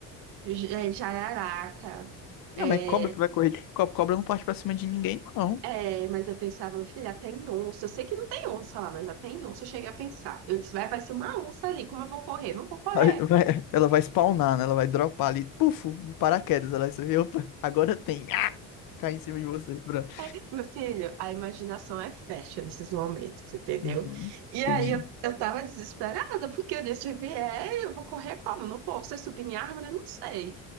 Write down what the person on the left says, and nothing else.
Não,
mas cobra que vai correr de cobra, cobra não parte pra cima de ninguém, não.
Aí vai- ela vai spawnar, né? Ela vai dropar ali, pufo, de paraquedas. Ela vai ver, opa, agora tem. Ah! Cai em cima de você. Pronto.
Uhum,
entendi.